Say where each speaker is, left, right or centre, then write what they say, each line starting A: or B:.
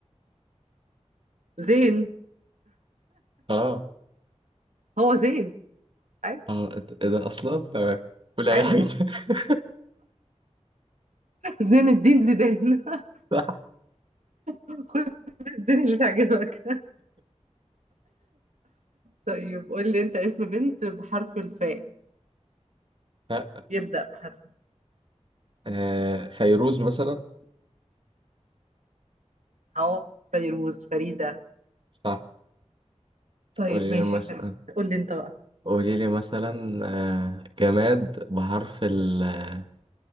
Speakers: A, on the right; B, on the right.
A: زين
B: اه
A: هو زين أي
B: اه إت- إيه ده اصلا تمام قول
A: حلو
B: اي حاجه <laughs>
A: <laughs> زين الدين زيدان <laughs>
B: صح
A: خد الزين اللي تعجبك طيب قول لي أنت اسم بنت بحرف الفاء
B: لا
A: يبدأ بحرف
B: آه، فيروز مثلا
A: اهو فيروز فريدة
B: صح
A: طيب
B: قولي
A: ماشي
B: لي مثلا
A: حلو قول لي انت بقى
B: قولي لي مثلا آه، جماد بحرف ال آه،